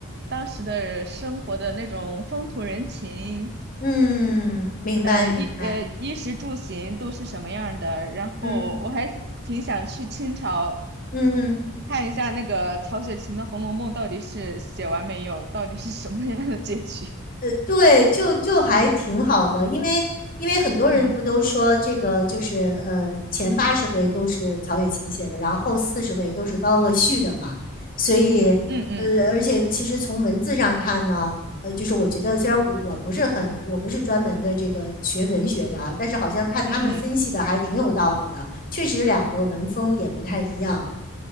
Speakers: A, on the right (about 50°); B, on the left (about 40°).
A: 当时的生活的那种风土人情，
B: 嗯，明白明白。
A: 呃，衣呃衣食住行都是什么样儿的。然后我还挺想去清朝
B: 嗯嗯嗯。
A: 看一下那个曹雪芹的《红楼梦》到底是写完没有，到底是什么样的结局。<laughs>
B: 呃，对，就就还挺好的，因为因为很多人不都说这个就是呃前八十回都是曹雪芹写的，
A: 嗯
B: 然后后四十回都是高鹗续的嘛，所以呃，
A: 嗯嗯
B: 而且其实从文字上看呢，呃，就是我觉得虽然我我不是很我不是专门的这个学文学的啊，但是好像看他们分析的还挺有道理的，
A: 嗯嗯，
B: 确实两个文风也不太一样。